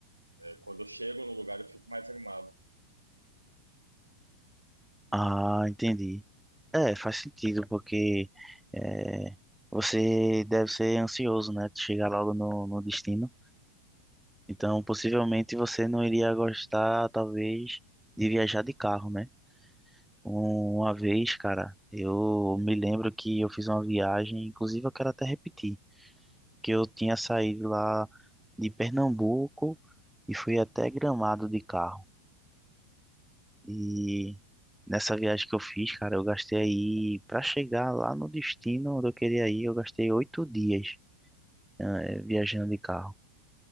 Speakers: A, on the right; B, in the centre.
A: É, quando eu chego no lugar, eu fico mais animado.
B: Ah, entendi. É, faz sentido, porque é, você deve ser ansioso, né? De chegar logo no, no destino. Então, possivelmente você não iria gostar, talvez, de viajar de carro, né? Uma vez, cara, eu me lembro que eu fiz uma viagem, inclusive eu quero até repetir, que eu tinha saído lá de Pernambuco e fui até Gramado de carro. E nessa viagem que eu fiz, cara, eu gastei aí, pra chegar lá no destino onde eu queria ir, eu gastei oito dias, né, eh, viajando de carro.